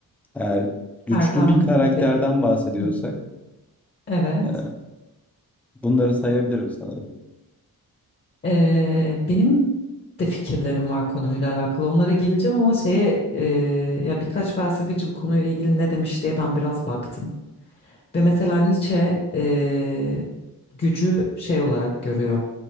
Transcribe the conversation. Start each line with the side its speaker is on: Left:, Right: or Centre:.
Centre: Eğer güçlü
Left: Erdem
Centre: bir karakterden
Left: gibi
Centre: bahsediyorsak
Left: Hı hı. Evet.
Centre: e, bunları sayabilirim sanırım.
Left: Ee, benim de fikirlerim var konuyla alakalı. Onlara geleceğim ama şeye e, ya birkaç felsefeci bu konuyla ilgili ne demiş diye ben biraz baktım. Ve mesela Nietzsche e, gücü şey olarak görüyor.